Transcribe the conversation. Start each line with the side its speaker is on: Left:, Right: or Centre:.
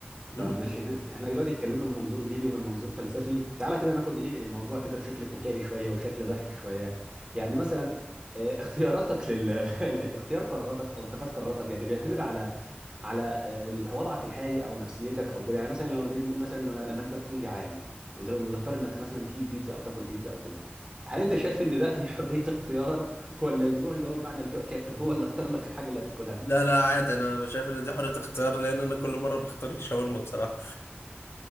Left: <laughs>
Right: طب ماشي احنا احنا دلوقتي اتكلمنا من منظور ديني ومن منظور فلسفي تعالى كده ناخد ايه الموضوع كده بشكل فكاهي شويه وبشكل ضحك شويه يعني مثلا آه، اختياراتك لل <laughs> اختيار قراراتك او اتخاذ قراراتك يعني بيعتمد على على آه، وضعك الحالي او نفسيتك او كده يعني مثلا لو نيجي نقول مثلا لو- لما انت تكون جعان وت- وتختار انك مثلا تجيب بيتزا او تاكل بيتزا او كده هل انت شايف ان ده دي حريه اختيار ولا الجوع اللي هو بمعنى الجوع كافر هو اللي اختار لك الحاجه اللي هتاكلها
Left: لا لا عادي انا شايف ان دي حرية اختيار لان انا كل مرة بختار الشاورما بصراحة